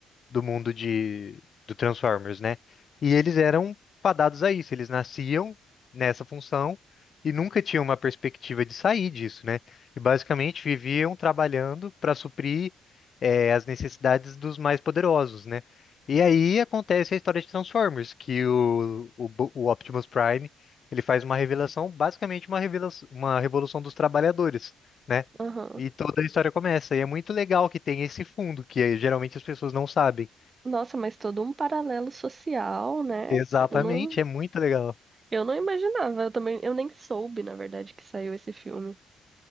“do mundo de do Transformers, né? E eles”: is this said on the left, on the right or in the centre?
Left